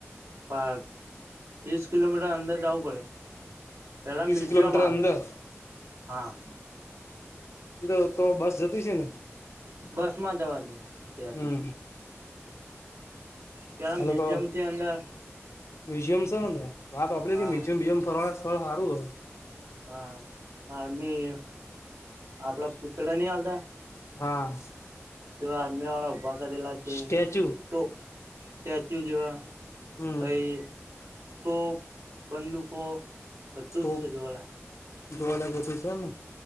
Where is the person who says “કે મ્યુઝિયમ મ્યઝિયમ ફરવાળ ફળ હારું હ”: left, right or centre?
Left